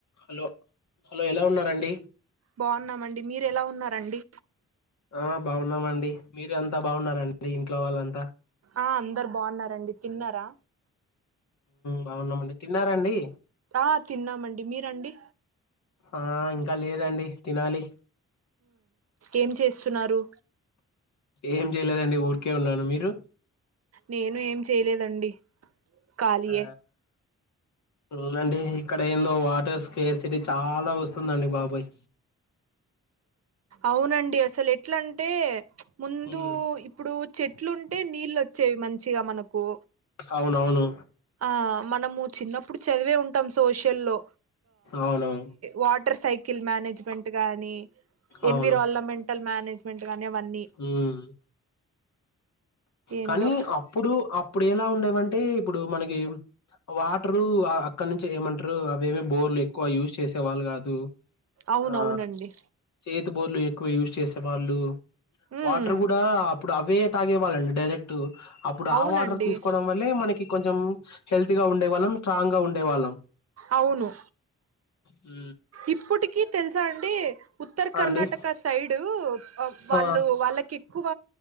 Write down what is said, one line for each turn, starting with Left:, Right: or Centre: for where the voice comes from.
Left: హలో హలో ఎలా ఉన్నారండి
Right: బాగున్నామండి మీరు ఎలా ఉన్నారండి
Left: ఆ బాగున్నామండి మీర అంతా బాగున్నారండి ఇంట్లో వాళ్ళంతా
Right: ఆ అందరు బాగున్నారండి తిన్నారా
Left: బాగున్నామండి తిన్నారండి
Right: ఆ తిన్నామండి మీరండి
Left: ఆ ఇంకా లేదండి తినాలి
Right: ఏం చేస్తున్నారు
Left: ఏం చేయలేదండి ఊరికే ఉన్నాను మీరు
Right: నేను ఏం చేయలేదండి ఖాళీయే
Left: ఆ అవునండి ఇక్కడ ఏందో వాటర్ స్కేర్ సిటీ చాలా వస్తుందండి బాబాయ్
Right: అవునండి అసలు ఎట్లాంటే ముందు
Left: ఉమ్
Right: ఇప్పుడు చెట్లుంటే నీళ్ళు వచ్చేవి మంచిగా మనకు
Left: అవునవును
Right: ఆ మనము చిన్నప్పుడు చదివే ఉంటాం సోష లో
Left: అవునవును
Right: వాటర్ సైకిల్ మేనేజ్మెంట్ కానీ
Left: అవును
Right: ఎన్విరాల్మెంటల్ మేనేజ్మెంట్ కానీ అవన్నీ
Left: ఉమ్
Right: ఏందో
Left: కానీ అప్పుడు అప్పుడు ఎలా ఉండేవం టే ఇప్పుడు మనకి వాటరు అక్కడ నుంచి ఏమంటారు అవేమీ బోర్లు ఎక్కువ యూజ్ చేసే వాళ్ళు కాదు
Right: అవునవునండి
Left: ఆ చేతు బోలు ఎక్కువ యూజ్ చేసే వాళ్ళు
Right: ఉమ్
Left: వాటర్ కూడా అప్పుడు అవే తాగే వాళ్ళండి డైరెక్ట్ అప్పుడు
Right: అవునండి
Left: ఆ వాటర్ తీసుకోవడం వల్లే మనకి కొంచెం హెల్తీ గా ఉండే వాళ్ళం స్ట్రాంగ్ గా ఉండేవాళ్ళం
Right: అవును
Left: ఉ
Right: ఇప్పటికీ తెలుసా అండి ఉత్తర
Left: ఆ
Right: కర్ణాటక
Left: అండి
Right: సైడ్ వాళ్ళు
Left: ఆ
Right: వాళ్ళ ఎక్కువ